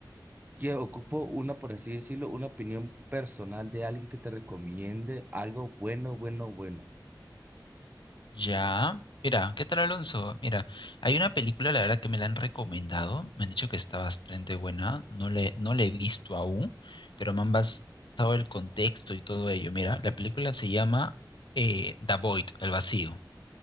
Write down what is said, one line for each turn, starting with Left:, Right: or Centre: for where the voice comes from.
Right: que ocupo una, por así decirlo, una opinión personal de alguien que te recomiende algo bueno, bueno, bueno.
Left: Ya, mira, ¿qué tal Alonso? Mira, hay una película, la verdad que me la han recomendado, me han dicho que está bastante buena, no le, no la he visto aún, pero me han basado el contexto y todo ello. Mira, la película se llama eh, The Void, El Vacío,